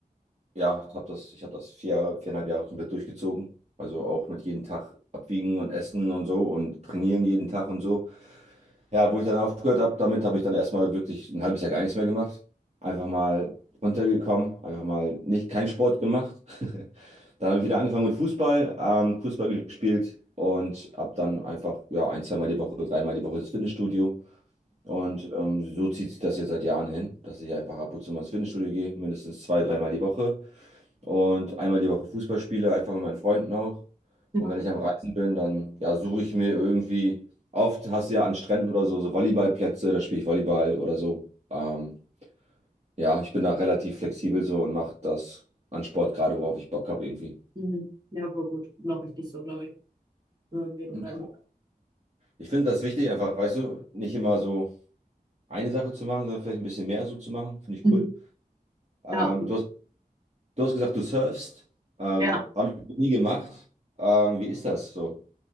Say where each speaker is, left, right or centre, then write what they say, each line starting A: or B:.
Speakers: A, on the right; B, on the right.
A: ja, hab das, ich habe das vier, Jahre- viereinhalb Jahre komplett durchgezogen. Also auch mit jedem Tag abwiegen und essen und so und trainieren jeden Tag und so. Ja, wo ich dann aufgehört habe, damit habe ich dann erstmal wirklich ein halbes Jahr gar nichts mehr gemacht. Einfach mal runtergekommen, einfach mal nicht keinen Sport gemacht. <laughs> Dann habe ich wieder angefangen mit Fußball, ähm, Fußball gespielt und ab dann einfach ja ein, zweimal die Woche, dreimal die Woche ins Fitnessstudio. Und ähm, so zieht sich das jetzt seit Jahren hin, dass ich einfach ab und zu mal ins Fitnessstudio gehe, mindestens zwei, dreimal die Woche und einmal die Woche Fußball spiele, einfach mit meinen Freunden auch.
B: ja,
A: Und wenn ich am Reisen bin, dann ja, suche ich mir irgendwie, oft hast du ja an Stränden oder so, so Volleyballplätze, da spiele ich Volleyball oder so. Ähm, ja, ich bin da relativ flexibel so und mache das an Sport gerade, worauf ich Bock habe irgendwie.
B: mhm. Ja, voll gut. Noch richtig so, glaube ich. Nur Wegen
A: Ja.
B: deinem-
A: Ich finde das wichtig, einfach, weißt du, nicht immer so eine Sache zu machen, sondern vielleicht ein bisschen mehr so zu machen. Finde ich
B: Mhm.
A: cool. Ähm,
B: Ja,
A: du hast, du hast gesagt, du surfst. Ähm,
B: ja.
A: habe ich nie gemacht. Ähm, wie ist das so?